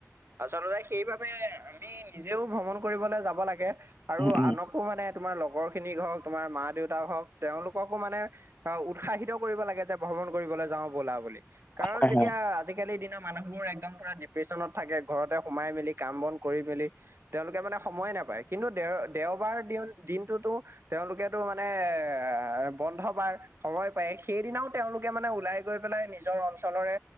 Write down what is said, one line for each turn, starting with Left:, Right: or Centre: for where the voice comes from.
Right: আচলতে সেইবাবে আমি নিজেও ভ্ৰমণ কৰিবলৈ যাব লাগে। আৰু
Left: উম উম
Right: আনকো মানে তোমাৰ লগৰ খিনিক হওক, তোমাৰ মা-দেউতা হওক তেওঁলোককো মানে আহ উৎসাহিত কৰিব লাগে যে ভ্ৰমণ কৰিবলৈ যাওঁ ব'লা বুলি কাৰণ
Left: হয়
Right: যেতিয়া
Left: হয়
Right: আজিকালিৰ দিনা মানুহবোৰ একদম পুৰা ডিপ্ৰেশ্যনত থাকে ঘৰতে সোমাই মেলি কাম বন কৰি মেলি তেওঁলোকে মানে সময় নাপায়। কিন্তু দেও-দেওবাৰ দিন-দিনটোতো তেওঁলোকেতো মানে এ বন্ধ বাৰ সময় পায় সেইদিনাও তেওঁলোকে মানে ওলাই গৈ পেলাই নিজৰ অঞ্চলৰে